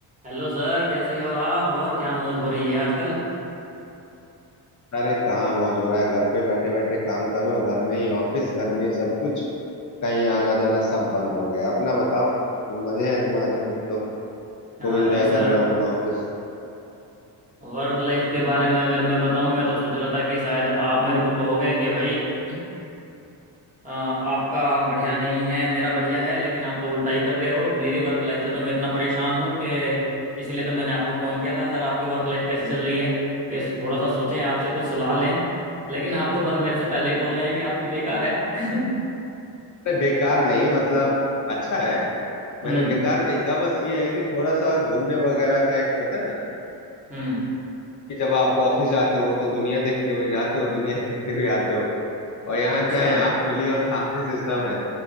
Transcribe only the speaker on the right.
Hello sir कैसे हो आप और क्या मौज हो रही है आजकल
अरे
सर
वर्क लाइफ के बारे में अगर मैं बताऊं मैं तो सोच रहा था कि शायद आप मेरे को कहोगे कि भाई <clears throat> अ, आपका बढ़िया नहीं है मेरा बढ़िया है लेकिन आप तो उल्टा ही कर रहे हो मेरी वर्क लाइफ से तो मैं इतना परेशान हूं कि इसलिए तो मैंने आपको फ़ोन किया था सर आपकी वर्क लाइफ कैसी चल रही है ये थोड़ा सा सोचें आपसे कुछ सलाह लें लेकिन आप तो मेरे से पहले ही बोल रहे हैं कि आपकी बेकार है <laughs>
हम्म
हम्म
अच्छा